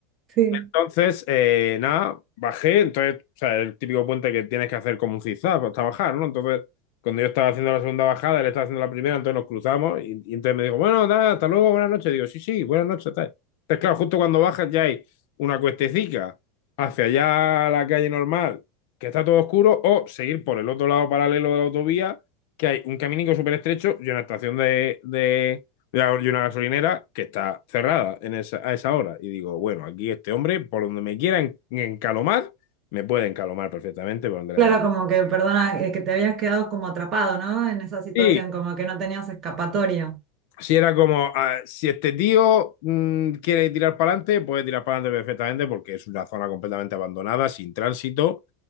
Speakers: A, on the right; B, on the left.
A: sí.
B: Entonces, eh, nada, bajé, entonces, o sea, el típico puente que tienes que hacer como un zigzag hasta bajar, ¿no? Entonces, cuando yo estaba haciendo la segunda bajada, él estaba haciendo la primera, entonces nos cruzamos y, y entonces me dijo, bueno, nada, hasta luego, buenas noches. Digo, sí, sí, buenas noches. tal. Entonces, claro, justo cuando bajas ya hay una cuestecica hacia allá a la calle normal, que está todo oscuro, o seguir por el otro lado paralelo de la autovía, que hay un caminico súper estrecho y una estación de, de, y una gasolinera que está cerrada en esa, a esa hora. Y digo, bueno, aquí este hombre, por donde me quiera en- encalomar, me puede encalomar perfectamente por donde le
A: Claro,
B: dé la.
A: como que, perdona, eh, que te habías quedado como atrapado, ¿no? En esa situación,
B: Y
A: como que no tenías escapatoria.
B: si era como, ah, si este tío mm, quiere tirar para adelante, puede tirar para adelante perfectamente porque es una zona completamente abandonada, sin tránsito.